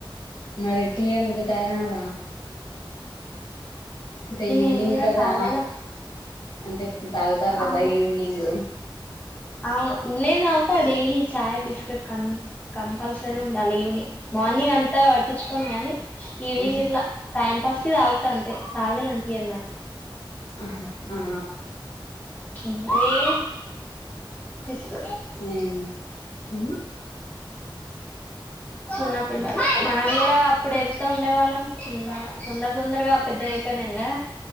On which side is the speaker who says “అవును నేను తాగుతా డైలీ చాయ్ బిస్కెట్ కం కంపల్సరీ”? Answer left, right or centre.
Left